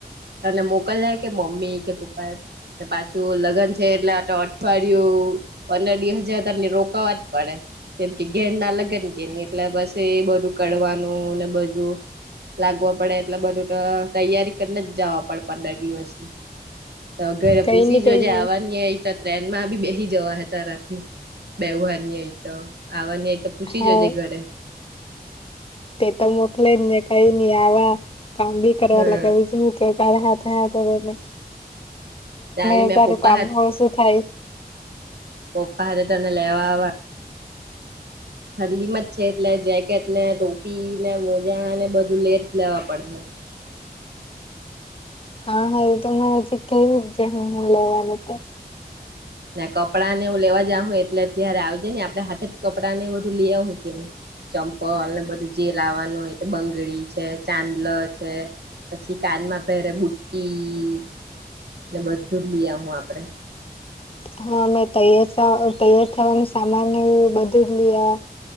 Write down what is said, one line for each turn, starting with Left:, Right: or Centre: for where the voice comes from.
Right: તને મોકલે કે મમ્મી કે પપ્પા પાછું લગન છે એટલે આ તો અઠવાડિયું પંદર દિવસ જાય તો રો કરવા પડે કેમ કે ઘેર ના લગન કે ને એટલે બસ એ બધું કરવાનું ને બધું લાગવો પડે એટલે બધું તો તૈયારી કરીને જ જવા પડે પંદર દિવસની. તો ઘરે
Left: કઈ
Right: પૂછી
Left: ની કઈ
Right: જોજે
Left: ની
Right: આવવાની એ તો ટ્રેન માં બી બેહી જવાહે તારાથી બેહવાની હોય તો આવાની હોય તો પૂછી
Left: હા
Right: જજે ઘડે
Left: તે તો મોકલે જ ની કઈ ની આવા કામ બી કરવા
Right: હમ
Left: લગાવે છે તો તારા હાથે તવારમાં
Right: ચાલી
Left: એ <unintelligible>
Right: મેં
Left: તાર
Right: પપ્પા
Left: કામ
Right: હાથ
Left: હો શું થાય
Right: પપ્પા હાથે તને લેવા આવા થરલીમાં જ છે, એટલે જેકેટ ને ટોપી ને મોજા ને બધું લે લેવા પડે હૈ.
Left: હા, હા તો મને જે કે ગ હું લેવાનું તો
Right: ના કપડાં ને હું લેવા જઉં હું એટલે અત્યારે આવજે ને આપણે હાથે જ કપડાંને એ બધું લે આવું કે ની ચંપલ ને બધું જે લાવવાનું હોય તે બંગડી છે, ચાંદલ છે. પછી કાનમાં પહેરે બુટ્ટી એટ બધું લઈ આવું આપડે.
Left: હા, મેં તૈયાર તૈયાર થવાનું સામાનવું એવું બધું લઈ આવા.